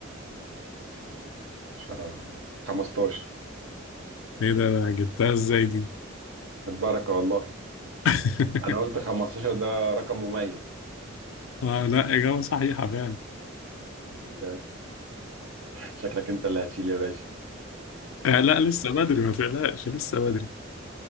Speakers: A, on the right; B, on the left.
A: 10 15
B: ايه ده جبتها ازاي دي
A: بالبركة والله
B: <laughs>
A: انا قلت 15 ده رقم مميز
B: آه لا إجابة صحيحة فعلا
A: طب الحمد لله شكلك انت اللي هتشيل يا باشا
B: آه، لا لسه بدري ما تقلقش لسه بدري